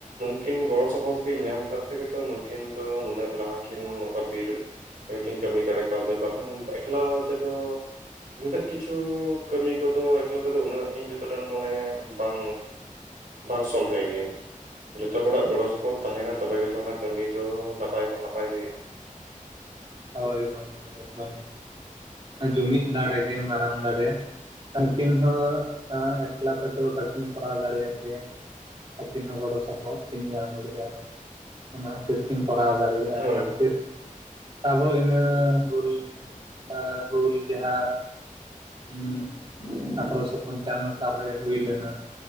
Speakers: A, on the right; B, on the right.
A: ᱩᱱᱩᱠᱤᱱ ᱜᱚᱲᱚ ᱥᱚᱯᱚᱦᱚᱫ ᱠᱤᱱ ᱧᱟᱢ ᱠᱟ ᱛᱮᱜᱛᱚ ᱱᱩᱠᱤᱱ ᱫᱚ ᱱᱩᱱᱟᱹᱜ ᱞᱟᱦᱟᱠᱤᱱ ᱱᱚᱝᱠᱟ ᱵᱤᱨ ᱠᱤᱱ ᱠᱟᱹᱢᱤ ᱫᱟᱲᱮ ᱠᱟᱣᱫᱟ, ᱵᱟᱠᱷᱟᱱ ᱮᱠᱞᱟ ᱛᱮᱫᱚ ᱱᱩᱱᱟᱹᱜ ᱠᱤᱪᱷᱩ ᱠᱟᱹᱢᱤ ᱠᱚᱫᱚ ᱮᱠᱞᱟ ᱛᱮᱫᱚ ᱫᱚ ᱩᱱᱟᱹᱜ ᱤᱧ ᱡᱚᱛᱚᱴᱟᱧ ᱢᱚᱱᱮ ᱵᱟᱝ ᱵᱟᱝ ᱥᱚᱦᱞᱮ ᱜᱮᱭᱟ᱾ ᱡᱷᱚᱛᱚ ᱦᱚᱲᱟᱜ ᱜᱚᱲᱚ ᱥᱚᱯᱚᱦᱚᱫ ᱛᱟᱦᱮᱱᱟ ᱛᱚᱵᱮᱜᱮᱛᱚ ᱚᱱᱟ ᱠᱟᱹᱢᱤ ᱫᱚ ᱱᱟᱯᱟᱭ ᱠᱷᱚᱱ ᱱᱟᱯᱟᱭ ᱜᱮ ᱦᱳᱭᱳᱜᱼᱟ᱾
B: ᱦᱳᱭ ᱦᱳᱭ ᱮᱠᱫᱚᱢ, ᱡᱩᱢᱤᱫ ᱫᱟᱲᱮᱜ ᱜᱮ ᱢᱟᱨᱟᱝ ᱫᱟᱲᱮ᱾ ᱩᱱᱠᱤᱱ ᱦᱚᱸ ᱮᱠᱞᱟ ᱛᱮᱫᱚ ᱵᱟᱹᱠᱤᱱ ᱠᱚᱨᱟᱣ ᱫᱟᱲᱮᱭᱟᱜ ᱠᱮᱭᱟ᱾ ᱟᱹᱠᱤᱱ ᱦᱚᱸ ᱜᱚᱲᱚ ᱥᱚᱯᱚᱦᱚᱫ ᱠᱤᱱ ᱧᱟᱢ ᱫᱟᱹᱲᱮᱜᱼᱟ ᱚᱱᱟ ᱠᱷᱟᱛᱤᱨ ᱠᱤᱱ ᱠᱚᱨᱟᱣ ᱫᱟᱲᱮᱭᱟᱜᱼᱟ,
A: ᱦᱳᱭ
B: ᱚᱱᱟ
A: ᱦᱳᱭ ᱦᱩᱸ
B: ᱠᱷᱟᱹᱛᱤᱨ ᱟᱵᱚ ᱤᱱᱟᱹ ᱦᱩᱞ ᱟᱼ ᱦᱩᱞ ᱡᱟᱦᱟᱸ ᱦᱩᱸ ᱟᱴᱷᱨᱚᱥᱚ ᱯᱚᱧᱪᱟᱱᱱᱚ ᱥᱟᱞ ᱨᱮ ᱦᱩᱭᱞᱱᱟ,